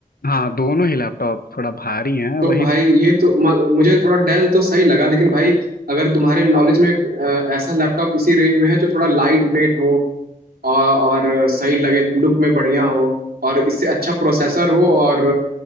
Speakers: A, on the left; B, on the right.
A: हाँ दोनों ही लैपटॉप थोड़ा भारी हैं
B: तो
A: वही
B: भाई
A: दिक-
B: ये तो म, मुझे थोड़ा डेल तो सही लगा लेकिन भाई अगर तुम्हारे नॉलेज में आ, ऐसा लैपटॉप इसी रेंज में है जो थोड़ा लाइट वेट हो और, और सही लगे लुक में बढ़िया हो और इससे अच्छा प्रोसेसर हो और